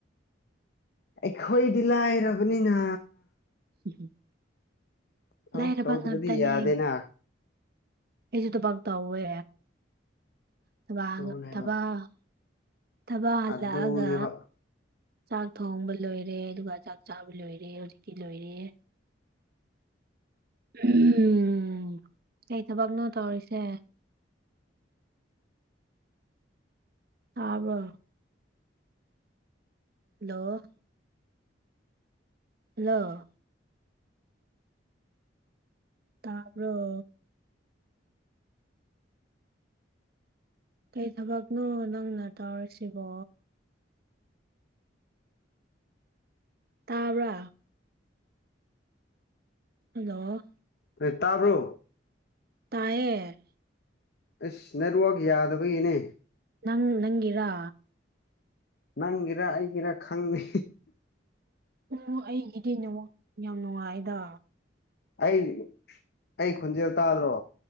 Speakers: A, on the left; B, on the right.
A: ꯑꯩꯈꯣꯏꯗꯤ ꯂꯥꯏꯔꯕꯅꯤꯅ
B: <unintelligible>
A: ꯊꯕꯛ
B: ꯂꯥꯏꯔꯕ
A: ꯇꯧꯗ꯭ꯔꯗꯤ
B: ꯉꯥꯛꯇꯅꯦ
A: ꯌꯥꯗꯦꯅ
B: ꯑꯩꯁꯨ ꯊꯕꯛ ꯇꯧꯋꯦ ꯊꯕꯛ
A: ꯑꯗꯨꯅꯦꯕ
B: ꯊꯕꯛ ꯊꯕꯛ ꯍꯜꯂꯛ
A: ꯑꯗꯨꯅꯦꯕ
B: ꯑꯒ ꯆꯥꯛ ꯊꯣꯡꯕ ꯂꯣꯏꯔꯦ ꯑꯗꯨꯒ ꯆꯥꯛ ꯆꯥꯕ ꯂꯣꯏꯔꯦ ꯍꯧꯖꯤꯛꯇꯤ ꯂꯣꯏꯔꯦ ꯎꯝ ꯀꯩ ꯊꯕꯛꯅꯣ ꯇꯧꯔꯤꯁꯦ ꯇꯥꯕ꯭ꯔꯣ ꯍꯜꯂꯣ ꯍꯜꯂꯣ ꯇꯥꯕ꯭ꯔꯣ ꯀꯩ ꯊꯕꯛꯅꯣ ꯅꯪꯅ ꯇꯧꯔꯤꯁꯤꯕꯣ ꯇꯥꯕ꯭ꯔꯥ ꯍꯜꯂꯣ
A: ꯍꯦ ꯇꯥꯕ꯭ꯔꯣ
B: ꯇꯥꯏꯌꯦ
A: ꯑꯩꯁ ꯅꯦꯠꯋꯥꯛ ꯌꯥꯗꯕꯒꯤꯅꯦ
B: ꯅꯪ ꯅꯪꯒꯤꯔꯥ
A: ꯅꯪꯒꯤꯔ ꯑꯩꯒꯤꯔ ꯈꯪꯗꯦ
B: ꯑꯣ ꯑꯩꯒꯤꯗꯤ ꯅꯦꯠꯋꯥꯛ ꯌꯥꯝ ꯅꯨꯡꯉꯥꯏꯗ
A: ꯑꯩ ꯑꯩ ꯈꯣꯟꯖꯦꯜ ꯇꯥꯗ꯭ꯔꯣ